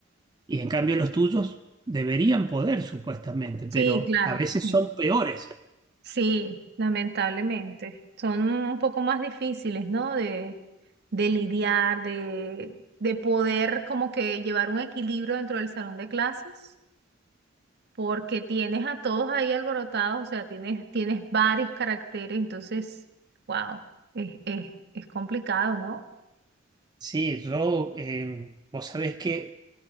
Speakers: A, on the right; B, on the right.
A: Y en cambio los tuyos deberían poder, supuestamente,
B: Sí,
A: pero
B: claro,
A: a veces
B: sí.
A: son peores.
B: Sí, lamentablemente. Son un poco más difíciles, ¿no? De, de lidiar, de, de poder como que llevar un equilibrio dentro del salón de clases, porque tienes a todos ahí alborotados, o sea, tienes, tienes varios caracteres, entonces, wow, es, es, es complicado, ¿no?
A: Sí, yo, eh, vos sabés que